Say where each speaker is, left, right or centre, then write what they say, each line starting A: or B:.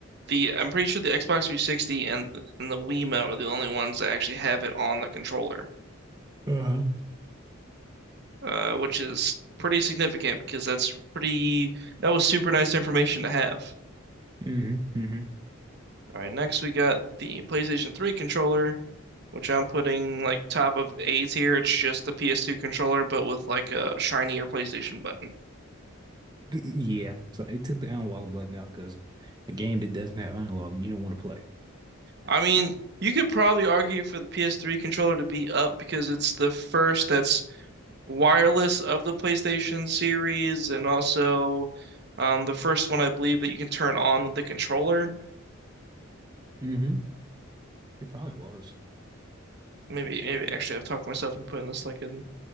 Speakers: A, on the right; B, on the right.
A: the I'm pretty sure the Xbox 360 and, and the Wiimote are the only ones that actually have it on the controller,
B: Uh-huh.
A: uh, which is pretty significant because that's pretty that was super nice information to have.
B: Mm-hmm. hmm
A: All right, next we got the PlayStation 3 controller, which I'm putting like top of A tier. It's just the PS2 controller, but with like a shinier PlayStation button.
B: Yeah. So they took the analog button out because a game that doesn't have analog, you don't want to play.
A: I mean, you could probably argue for the PS3 controller to be up because it's the first that's wireless of the PlayStation series, and also um, the first one I believe that you can turn on with the controller.
B: Mm-hmm. It probably was.
A: Maybe, maybe actually, I've talked myself into putting this like an